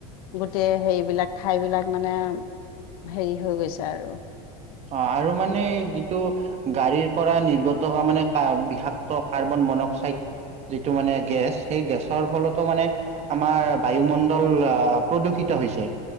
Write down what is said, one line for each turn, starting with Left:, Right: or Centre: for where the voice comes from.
Left: গোটেই হেৰিবিলাক ঠাই বিলাক মানে হেৰি হৈ গৈছে আৰু
Right: অহ আৰু মানে যিটো গাড়ীৰ পৰা নিৰ্গত তহ হোৱা মানে কাম বিষাক্ত তহ কাৰ্বন- মন-অক্সাইড যিটো মানে গেছ সেই গেছৰ ফলতো মানে আমাৰ বায়ুমণ্ডল অহ প্ৰদূষিত হৈছে।